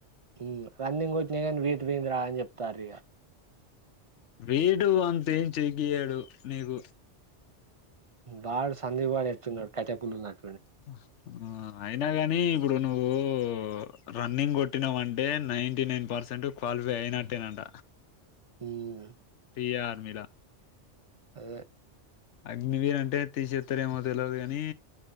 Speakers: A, on the right (about 40°); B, on the left (about 80°).
A: హ్మ్, రన్నింగ్ కొట్టిన గానీ, వెయిట్ పోయింది రా, అని చెప్పు. తరిగ.
B: వెయిట్‌ పంపించి, గీ అడుగు. నీకు!
A: వాడు, సందీప్ గాడు ఎటున్నాడు? కట్టెపుల్లున్నాడు.
B: హ్మ్మ్, ఆ! అయినగాని ఇప్పుడు నువ్వు. హ్మ్మ్మ్! రన్నింగ్ కొట్టివంటే, నైంటీ నైన్ పర్సెంట్ క్వాలిఫై అయ్యినట్టే అంట.
A: ఇమ్మ్హ్..
B: టీ ఆర్మీలా.
A: అదే.
B: అగ్నివీర్ అంటే తీసేస్తారు ఏమో తెల్వదు గానీ,